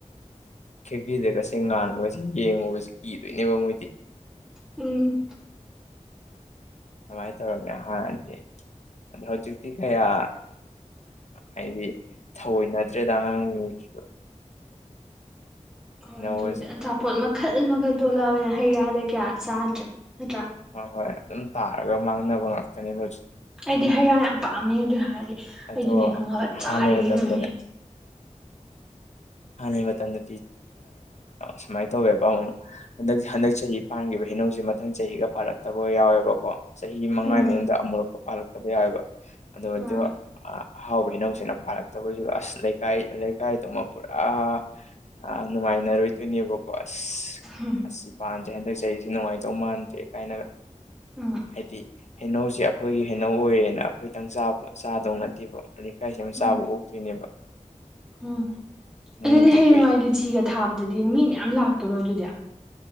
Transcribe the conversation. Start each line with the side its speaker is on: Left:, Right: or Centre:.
Left: ꯈꯦꯀꯔꯤꯗꯒꯁꯦꯡ ꯉꯥꯟꯕꯒꯁ ꯌꯦꯡꯉꯨꯒꯕꯁꯤ ꯀꯤꯗꯣꯏꯅꯦꯕ ꯃꯣꯏꯗꯤ
Centre: ꯎꯝ
Left: ꯃꯥꯏ ꯇꯔꯒꯦ ꯍꯥꯗꯤ ꯗ ꯍꯧꯖꯤꯛꯇꯤ ꯀꯌꯥ ꯍꯥꯏꯗꯤ ꯊꯑꯣꯏ ꯅꯠꯇ꯭ꯔꯦꯗ ꯑꯉꯥꯡꯁꯤꯡꯉꯩꯁꯤꯗ
Centre: ꯍꯣꯏ
Left: ꯍꯩꯅꯧꯒꯁꯦ
Centre: ꯑꯗꯨꯕꯨꯗꯤ ꯑꯆꯥꯄꯣꯠ ꯃꯈꯜ ꯃꯈꯜ ꯊꯣꯛꯂꯛꯑꯑꯣꯦꯅ ꯍꯩ ꯔꯥꯗ ꯀꯌꯥ ꯆꯥꯗ꯭ꯔꯦ ꯅꯠꯇ꯭ꯔꯥ
Left: ꯍꯣꯏ ꯍꯣꯏ ꯑꯗꯨꯝ ꯇꯥꯔꯒ ꯃꯥꯡꯅꯕ ꯉꯥꯛꯇꯅꯦꯕ ꯍꯧꯖꯤꯛꯇꯤ
Centre: ꯑꯩꯗꯤ ꯍꯩ ꯔꯥ ꯌꯥꯝ ꯄꯥꯝꯃꯦ ꯑꯗꯨ ꯍꯥꯏꯔꯗꯤ
Left: ꯑꯗꯣ
Centre: ꯑꯩꯗꯤ ꯂꯈꯪꯉꯕ
Left: ꯍꯥꯟꯅꯩ
Centre: ꯆꯥꯔꯤꯈꯩ
Left: ꯃꯇꯝꯗꯅꯦ
Centre: ꯉꯝꯃꯤ
Left: ꯍꯥꯟꯅꯒꯤ ꯃꯇꯝꯗꯗꯤ ꯁꯨꯃꯥꯏꯅ ꯇꯧꯋꯦꯕ ꯑꯃꯨꯛ ꯍꯟꯗꯛ ꯍꯟꯗꯛ ꯆꯍꯤ ꯄꯥꯟꯈꯤꯕ ꯍꯤꯩꯅꯧꯁꯦ ꯃꯊꯪ ꯆꯍꯤꯒ ꯄꯥꯜꯂꯛꯇꯕ ꯌꯥꯎꯋꯦꯕꯀꯣ ꯆꯍꯤ ꯃꯉꯥꯒꯤ
Centre: ꯎꯝ
Left: ꯃꯅꯨꯡꯗ ꯑꯃꯨꯨꯔꯛꯀ ꯄꯥꯜꯂꯛꯄ ꯕ ꯌꯥꯎꯋꯦꯕ ꯑꯗꯨ
Centre: ꯎꯝ
Left: ꯑꯍꯥꯎꯕ ꯏꯅꯧꯁꯤꯅ ꯄꯥꯜꯂꯛꯇꯕꯁꯨ ꯑꯁ ꯂꯩ ꯂꯩꯀꯥꯏ ꯂꯩꯀꯥꯏꯗꯨꯃ ꯄꯨꯔꯥ ꯅꯨꯡꯉꯥꯏꯅꯔꯣꯏꯗꯣꯏꯅꯦꯕꯀꯣ ꯑꯁ
Centre: ꯎꯝ
Left: ꯑꯁꯤ ꯄꯥꯟꯗꯦ ꯍꯟꯗꯛ ꯆꯍꯤꯁꯨ ꯅꯨꯡꯉꯥꯏꯇꯧ ꯃꯥꯟꯗꯦ ꯀꯥꯏꯅꯒ
Centre: ꯎꯝ
Left: ꯍꯥꯏꯗꯤ ꯍꯩꯅꯧꯁꯦ ꯑꯩꯈꯣꯏꯒꯤ ꯍꯩꯅꯧ ꯑꯣꯏꯔꯦꯅ ꯑꯩꯈꯣꯏꯗꯪ ꯆꯥꯕ ꯆꯥꯗꯧ ꯅꯠꯇꯦꯕ ꯂꯩꯀꯥꯏꯁ ꯑꯃ
Centre: ꯎꯝ
Left: ꯆꯥꯕ ꯑꯣꯛꯇꯣꯏꯅꯦꯕ
Centre: ꯎꯝ
Left: ꯃꯔꯝꯗꯤ
Centre: ꯑꯗꯨꯗꯤ ꯍꯌꯦꯡꯋꯥꯏ
Left: ꯂꯣꯏ
Centre: ꯂꯤꯆꯤꯒ ꯊꯥꯕꯗꯗꯤ ꯃꯤ ꯃꯌꯥꯝ ꯂꯥꯛꯇꯣꯔꯣ ꯑꯗꯨꯗꯤ